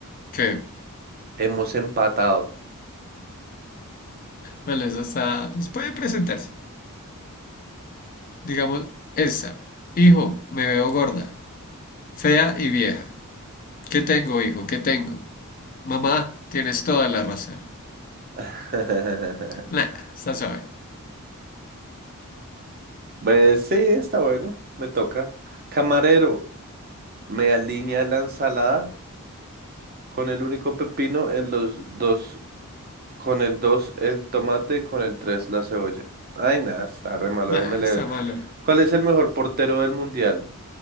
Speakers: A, on the left; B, on the right.
A: ¿Qué?
B: Hemos empatado.
A: Bueno, eso está. Puede presentarse. Digamos, esta. Hijo, me veo gorda, fea y vieja. ¿Qué tengo, hijo? ¿Qué tengo? Mamá, tienes toda la razón.
B: <laughs>
A: Nah, está suave.
B: Pues sí, está bueno. Me toca. Camarero, ¿me alinea la ensalada? Con el único pepino en los dos, con el dos el tomate, con el tres la cebolla. Ay, nada, está re malo,
A: Nah,
B: déjeme leer.
A: está malo.
B: ¿Cuál es el mejor portero del mundial?